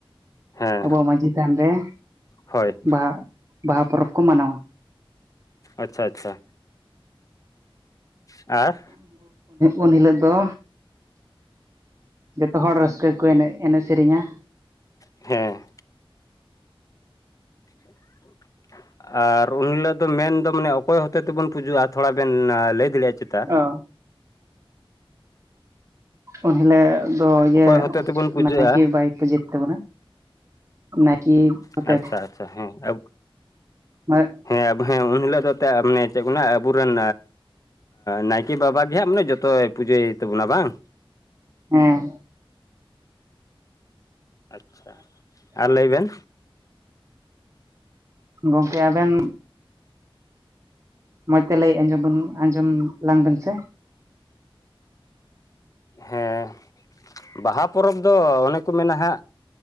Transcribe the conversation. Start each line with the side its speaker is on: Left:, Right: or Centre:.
Left: ᱦᱮᱸ
Right: ᱟᱵᱚᱣᱟᱜ ᱢᱟᱺᱡᱷᱤ ᱛᱷᱟᱱ ᱨᱮ
Left: ᱦᱳᱭ
Right: ᱵᱟᱦᱟ ᱵᱟᱦᱟ ᱯᱚᱨᱚᱵᱽ ᱠᱚ ᱢᱟᱱᱟᱣᱟ
Left: ᱟᱪᱪᱷᱟ ᱟᱪᱪᱷᱟ ᱟᱨ
Right: ᱩᱱ ᱦᱤᱞᱳᱜ ᱫᱚ ᱡᱚᱛᱚ ᱦᱚᱲ ᱨᱟᱹᱥᱠᱟᱹ ᱜᱮᱠᱚ ᱮᱱᱮᱡ ᱮᱱᱮᱡ ᱥᱮᱨᱮᱧᱟ
Left: ᱦᱮᱸ <inaudible> ᱟᱨ ᱩᱱ ᱦᱤᱞᱳᱜ ᱫᱚ ᱢᱮᱱᱫᱚ ᱢᱟᱱᱮ ᱚᱠᱚᱭ ᱦᱚᱛᱮ ᱛᱮᱵᱚᱱ ᱯᱩᱡᱟᱹᱜᱼᱟ ᱛᱷᱚᱲᱟ ᱵᱮᱱ ᱞᱟᱹᱭ ᱫᱟᱲᱮᱭᱟᱜᱼᱟ
Right: ᱚ <inaudible> ᱩᱱᱦᱤᱞᱳᱜ ᱫᱚ ᱤᱭᱟᱹ
Left: ᱚᱠᱚᱭ ᱦᱚᱛᱮ ᱛᱮᱵᱚᱱ ᱯᱩᱡᱟᱹᱜᱼᱟ
Right: ᱱᱟᱭᱠᱮ ᱵᱟᱵᱟᱭ ᱯᱩᱢᱟᱹᱭ ᱛᱟᱵᱚᱱᱟ, ᱱᱟᱭᱠᱤ ᱚᱛᱮᱫ
Left: ᱟᱪᱪᱷᱟ ᱟᱪᱪᱷᱟ ᱦᱮᱸ
Right: <unintelligible>
Left: ᱦᱮᱸ ᱦᱮᱸ ᱩᱱᱦᱤᱞᱳᱜ ᱫᱚ ᱮᱱᱛᱮᱫ ᱢᱟᱱᱮ ᱪᱮᱫ ᱠᱚ ᱢᱮᱱᱟ ᱟᱵᱚᱨᱮᱱ ᱱᱟᱭᱠᱮ ᱵᱟᱵᱟ ᱜᱮ ᱦᱟᱸᱜ ᱢᱟᱱᱮ ᱡᱚᱛᱚᱭ ᱯᱩᱡᱟᱹᱭ ᱛᱟᱵᱚᱱᱟ ᱵᱟᱝ
Right: ᱦᱮᱸ
Left: ᱟᱪᱪᱷᱟ ᱟᱨ ᱞᱟᱹᱭ ᱵᱮᱱ
Right: ᱜᱚᱝᱠᱮ ᱟᱵᱮᱱ ᱢᱚᱡᱽ ᱛᱮ ᱞᱟᱹᱭ ᱟᱸᱡᱚᱢ ᱵᱚᱱ ᱟᱸᱡᱚᱢ ᱞᱟᱝᱵᱮᱱ ᱥᱮ
Left: ᱦᱮᱸ ᱵᱟᱦᱟ ᱯᱚᱨᱚᱵᱽ ᱫᱚ ᱚᱱᱮ ᱠᱚ ᱢᱮᱱᱟ ᱦᱟᱸᱜ